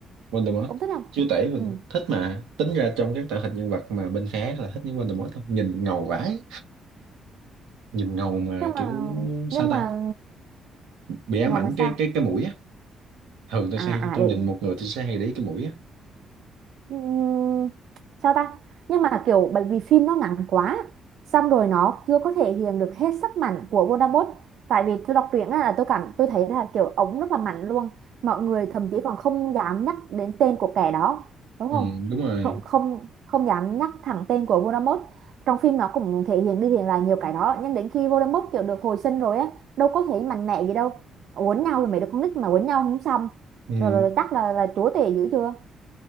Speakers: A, on the right; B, on the right.
A: Voldemort
B: cũng thích không
A: chúa tể Voldemort
B: ừ
A: thích mà tính ra trong các tạo hình nhân vật mà bên phé là thích những Voldemort lắm. nhìn ngầu vãi nhìn ngầu mà
B: nhưng
A: kiểu
B: mà
A: sao
B: nhưng
A: ta
B: mà
A: bị ám
B: ngầu
A: ảnh
B: mà
A: cái
B: sao
A: cái cái mũi á thường tôi
B: à
A: hay
B: à
A: tôi
B: bị
A: nhìn một người tôi sẽ hay để ý cái mũi á
B: Ừm, sao ta nhưng mà kiểu bởi vì phim nó ngắn quá xong rồi nó chưa có thể hiện được hết sức mạnh của Voldemort tại vì tôi đọc truyện á là tôi cảm tôi thấy là kiểu ống rất là mạnh luôn mọi người thậm chí còn không dám nhắc đến tên của kẻ đó đúng
A: Ừ,
B: không
A: đúng rồi
B: không không không dám nhắc thẳng tên của Voldemort trong phim nó cũng thể hiện đi thể hiện lại nhiều cái đó nhưng đến khi Voldemort kiểu được hồi sinh rồi á đâu có thể mạnh mẽ gì đâu quấn nhau thì mấy đứa con nít mà quấn nhau không xong
A: ừ,
B: rồi, rồi, rồi chắc là là chúa tể dữ chưa